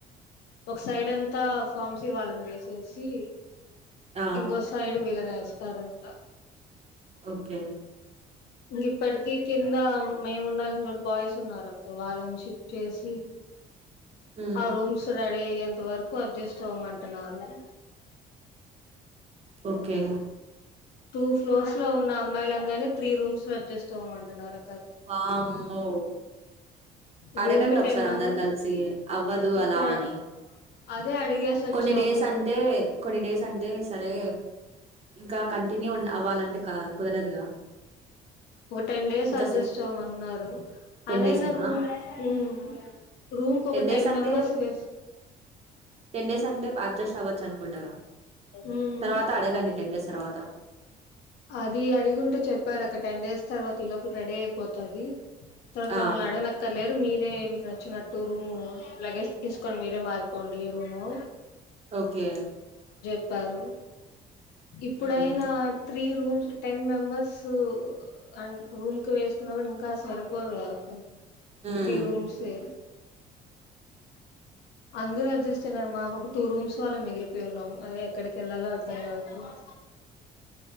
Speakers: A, on the left (about 75°); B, on the right (about 40°).
A: ఒక సైడ్ అంతా ఫామ్స్ ఇవ్వాలండి శసి
B: ఆ
A: ఇంగొ సయిడు వీలనే ఇస్తారంట
B: ఓకే
A: ఇంక ఇప్పటికీ కింద మేము ఉండాల్సిన చోట బాయ్స్ ఉన్నారు అక్క వాళ్ళని షిఫ్ట్ చేసి.
B: మ్మ్
A: ఆ రూమ్స్ రెడి అయాయ్ కొంత వరకు అడ్జస్ట్ అవంటున్నారు
B: ఓకే
A: టూ ఫ్లోర్స్ లో ఉన్న అమ్మాయిలందరిని త్రీ రూమ్స్ లో అడ్జస్ట్వ్వమంటున్నారు
B: వామ్మో అడగండి
A: రూమ్ కి
B: ఒకసారి
A: టెన్ మెంబర్
B: అందరు కలిసి అవ్వదు
A: ఇప్పుడు
B: అలా అని
A: అదే అడిగేసి వచ్చాము
B: కొన్ని డేస్ అంటే కొన్ని డేస్ అంటే సరే ఇంకా కంటిన్యూ అవ్వాలంటే క కుదరదుగా
A: ఒక టెన్ డేస్
B: ఇంకా
A: అడ్జస్ట్
B: సిక్స్
A: అవ్వమన్నారు
B: టెన్
A: అదైనా
B: డేస్ ఏ.
A: రూమ్ హ్మ్మ్ రూమ్ కు ఒక
B: డేస్
A: టెన్
B: అంటే
A: మెంబర్స్ వేస్
B: టెన్ డేస్ అంటే అడ్జస్ట్ అవ్వచ్చు అనుకుంటాగా
A: ఉమ్
B: తర్వాత అడగండి టెన్ డేస్ తర్వాత
A: అది అడిగుంటే చెప్పారు ఒక టెన్ డేస్ తర్వాత ఈ లోపల రెడీ అయిపోతుది తో
B: ఆ
A: మమ్మల్ని అడగనక్కర్లేదు మీర్ మీరే మీకు నచ్చినట్టు రూము లగేజ్ తీసుకొని మీరే మారిపోండి రూము
B: ఓకే
A: ప్పారు ఇప్పుడైనా
B: మ్మ్
A: త్రీ రూమ్స్ టెన్ మెంబర్స్ అన్ రూమ్ కి వేసుకున్న కూడాడు ఇంకా సరిపోదు కదక్క.
B: మ్మ్
A: త్రీ రూమ్స్ ఏ అందరు అడ్జస్ట్ అయినారు మాకు ఒక టూ రూమ్స్ వాళ్ళ మిగిలిపోయి ఉన్నాం అదే ఎక్కడికి వెళ్ళాలో అర్ధం కావట్లేదు.